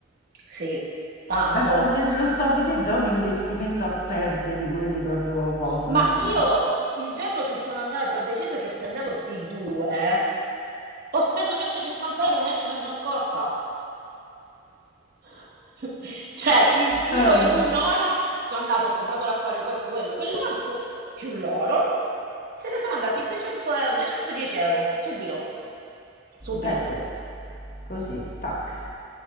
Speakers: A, on the right; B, on the left.
A: Sì, tanto.
B: La sto a ved- lo sto a vedere già un investimento a perde di quelli proprio cosmici.
A: Ma io il giorno che sono andato che ho deciso che prendevo sti due, ho speso 150 euro e neanche me ne sono accorta. <laughs> Cioè, il- io
B: Eh,
A: in un'ora sono andato, ho comprato l'acquario, questo, quello, quell'altro, più l'oro, se ne sono andati 200 euro, 210 euro, subito, subito.
B: ecco, così, tac.